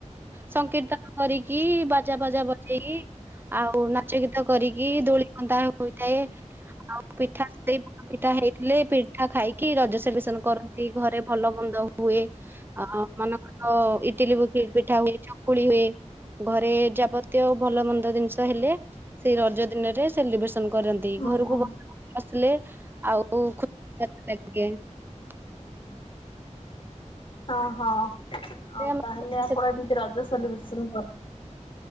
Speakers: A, on the right; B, on the left.
A: ସଂକୀର୍ତ୍ତନ କରିକି ବାଜା ବାଜା ବଜେଇକି ଆଉ ନାଚ ଗୀତ କରିକି ଦୋଳି ନ୍ଦା ହୋଇଥାଏ ଆଉ ପିଠା ସେ ପିଠା ହେଇଥିଲେ ପେ ମିଠା ଖାଇକି ରଜ ସେଲିବେସନ କରନ୍ତି ଘରେ ଭଲ ମନ୍ଦ ହୁଏ ଅ ମନ ଅ ଇଟିଲି ପିଠା ହୁଏ ଚକୁଳି ହୁଏ ଘରେ ଯାବତୀୟ ଭଲ ମନ୍ଦ ଜିନିଷ ହେଲେ ସେଇ ରଜ ଦିନରେ ସେଲିବ୍ରେସ କରନ୍ତି
B: ହଁ
A: ଘରକୁ
B: ହଁ
A: ଆସିଲେ ଆଉ ଖୁସି <unintelligible>
B: ହୁଁ। ଓହଁ
A: ସେ
B: ଆଉ
A: ଆମେ-
B: ତାହେଲେ ଆପଣ ଏମିତି ରଜ ସେଲିବ୍ରେସନ କର